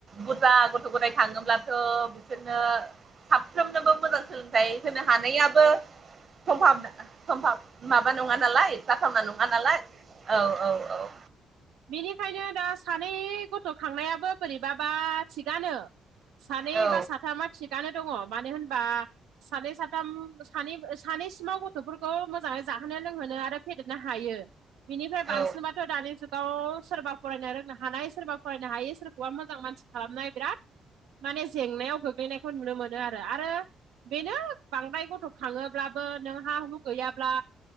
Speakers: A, on the right (about 45°); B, on the right (about 80°).
A: बुरजा गथ' गथाय खााङोब्लाथ' बिसोर साफ्रोमनोबो मोजां सोलोंथाइ होनो हानायाबो समनो सम <unintelligible> बा नङा नालाय जाथावना नङा नालाय औ औ औ ओ
B: बेनिखायनो दा सानै गथ' खांनायाबो बोरैबाबा थिगानोन सानै
A: औ
B: बा साथामा थिगानो दङ मानो होनबा? सानै सा-साथाम सानै सानैसिमाव गथ'फोरखौ मोजाङै जाहोनो लोंहोनो आरो फे-फेदेरनो हायो बिनिफ्राय बांसिनाथ'
A: औ
B: दानि जुगा गाव सोरबा फरायनो रोंनो हानाय सोरबा फरायनो हायो सोरखौबा मोजां मानसि खालामनाय बिराद माने जेंनायाव गोग्लैनायखौ नुनो मोनो आरो आरो। बेनो बांद्राय गथ' खाङोब्लाबो नोंहा हु गैयाब्ला